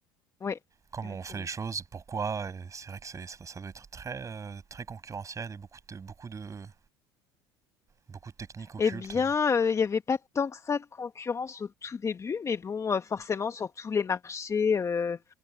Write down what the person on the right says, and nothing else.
Comment
on fait les choses, pourquoi, et c'est vrai que c'est, ça, ça doit être très, euh, très concurrentiel et beaucoup de, beaucoup de, beaucoup de techniques occultes.